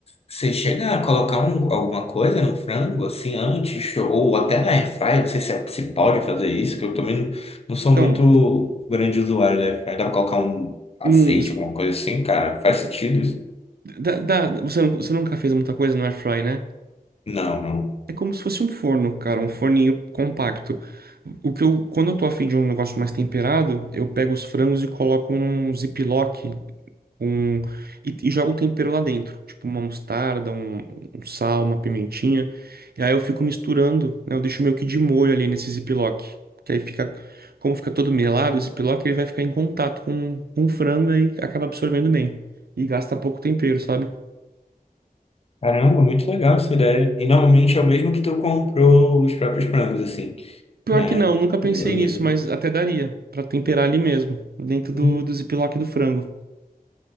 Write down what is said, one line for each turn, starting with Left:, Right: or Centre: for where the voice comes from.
Left: Você chega a colocar um- alguma coisa no frango, assim, antes, ou até na airfryer, não sei se, é, se pode fazer isso, que eu também não, não sou
Right: Então,
Left: muito grande usuário da airfryer. Dá pra colocar um azeite,
Right: num,
Left: alguma coisa assim, cara? Faz sentido isso?
Right: dá, dá- você, não, você nunca fez muita coisa no air fry, né?
Left: Não, não.
Right: É como se fosse um forno, cara, um forninho compacto. O que eu, quando eu tô afim de um negócio mais temperado, eu pego os frangos e coloco num ziplock, um e, e jogo o tempero lá dentro, tipo uma mostarda, um, um sal, uma pimentinha. E aí eu fico misturando, né? Eu deixo meio que de molho ali nesse ziplock, que aí fica, como fica todo melado, o ziplock ele vai ficar em contato com, com o frango aí acaba absorvendo bem e gasta pouco tempero, sabe?
Left: Caramba, muito legal essa ideia. E normalmente é o mesmo que tu comprou os próprios frangos, assim,
Right: Pior
Left: né?
Right: que não, nunca pensei
Left: O meu mesmo.
Right: nisso, mas até daria pra temperar ali mesmo, dentro do,
Left: Hum,
Right: do ziplock do frango.